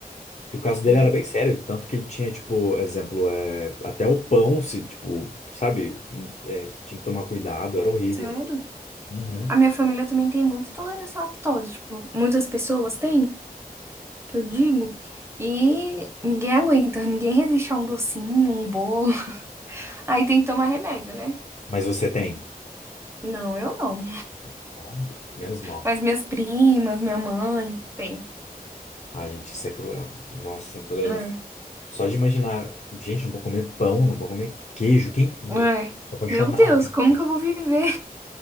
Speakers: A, on the left; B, on the right.
A: e o caso dele
B: Hum.
A: era bem sério, ele- tanto que ele tinha, tipo, exemplo, é, até o pão, se, tipo, sabe, hum, é, tinha que tomar cuidado, era horrível.
B: Sério?
A: Uhum.
B: A minha família também tem muita intolerância à lactose, tipo, muitas pessoas têm. que eu digo. E ninguém aguenta, ninguém resiste a um docinho, um bolo. <laughs> Aí tem que tomar remédio, né?
A: Mas você tem?
B: Não, eu não.
A: Então, menos mal.
B: Mas minhas primas, minha mãe, tem.
A: A gente, isso é cruel. Nossa, intolerância.
B: É,
A: Só de imaginar, gente, não vou comer pão, não vou comer queijo. Quem, meu,
B: é.
A: sou apaixonado
B: Meu Deus,
A: por
B: como
A: queijo.
B: que eu vou viver?